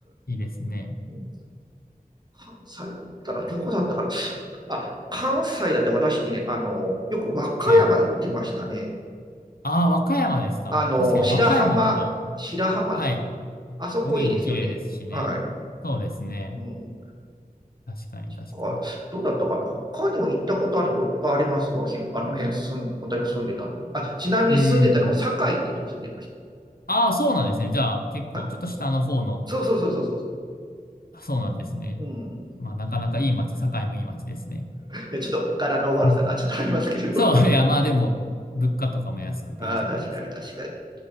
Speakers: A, on the left (about 80°); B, on the right (about 30°).
A: え。いいですね。
B: うん関西だったら、どこだったから、あ、関西だって私ね、あの、よく和歌山行ってましたね。
A: はい。ああ、和歌山ですか。
B: あの、
A: まあ、確かに和歌山とか、
B: 白浜、白浜ですかね。
A: はい。
B: あそこいいですよね。
A: 海も綺麗ですしね。
B: はい。
A: そうですね。
B: うん。
A: 確かに、確かに。
B: か、どうだったかな。他にも行ったことあるとこいっぱいありますわ。ひろあの辺住ん、私も住んでたんで。あ、ちなみに住んでたのも堺ってとこ住んでました。
A: うんうん。ああ、そうなんですね。じゃあ、結構、
B: はい。
A: ちょっと下の方の、
B: そうそうそうそうそうそ
A: あそうなんですね。
B: う。うん。
A: まあ、なかなかいい街、堺もいい街ですね。
B: でちょっと柄の悪さがちょっとありますけど。
A: うんそう、
B: <laughs>
A: いや、まあでも、物価とかも安くていいじゃないですか。
B: ああ、確かに確かに。